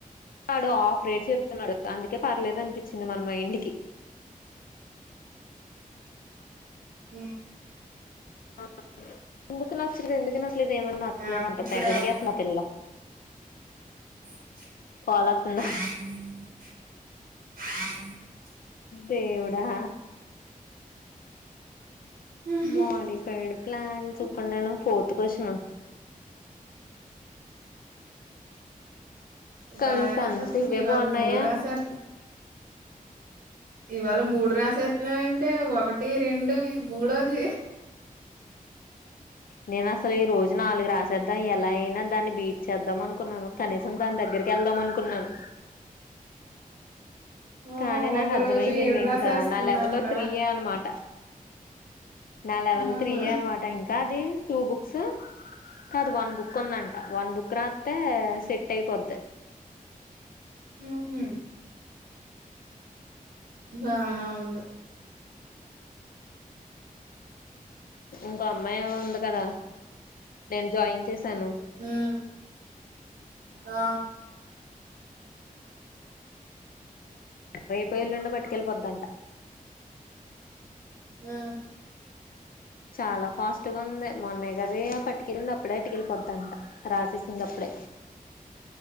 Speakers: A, on the left; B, on the right.
A: ఆడు ఆఫ్ రేట్ చెప్తున్నాడు. అందుకే పర్లేదు అనిపించింది. మన మైండ్ కి
B: ఉ
A: <inaudible> ఎందుకు నచ్చలేదు ఎందుకు నచ్చలేదు ఏమో నచ్చలేదంటా
B: నాకు ఇప్పుడు
A: తెగ అడిగేస్తుంది
B: ఎవరు
A: ఆ పిల్ల
B: ఈ
A: కాల్ వత్తుందా
B: <inaudible> <unintelligible> <unintelligible>
A: దేవుడా..
B: ఉహు
A: మాలి సైడ్ ప్లాన్స్ ఇప్పుడు నేను ఫోర్త్ కొషను. కన్సన్స్
B: బాగా రాసారు
A: ఇవే
B: మీ వాళ్ళు
A: బాగున్నాయా
B: మూడు రాసారు. ఇవాళ మూడు రాస్తున్నవేంటి ఒకటి, రెండు ఇది మూడోది.
A: నేను అసల్ ఈ రోజు నాలుగు రాస్ చేద్దాం ఇయల అయినా దాన్ని బీట్ చేద్దాం అనుకున్నాను. కనీసం దాన్ దగ్గర్కి ఎళ్దాం అనుకున్నాను.
B: ఓహో
A: కానీ నాకు
B: ఒక
A: అర్థమైంది
B: రోజు ఏడు రాసేస్తుందంట
A: ఇంకా నా లెవెల్ త్రీయే అన్నమాట. నా లెవెల్
B: ఆ
A: త్రీయే అన్నమాట ఇంక్ ది టూ బుక్స్ కాదు వన్ బుక్ బుక్కుందంట వన్ బుక్ రాత్ తా సెట్ అయిపొద్ది.
B: హ్ మ్ బానే ఉంది.
A: ఇంకో అమ్మాఏమో ఉంది కదా నేను జాయిన్ చేస్ తను
B: ఉమ్ ఆ
A: రేపో, ఎల్లుండో పట్టుకెళ్ళిపోద్దంట.
B: ఆ
A: చాలా ఫాస్ట్గా ఉంది. మొన్నగదే పట్టుకెళ్ళింది. అప్పుడే అటుకెళ్ళిపోద్దంట రాసేసిందప్పుడే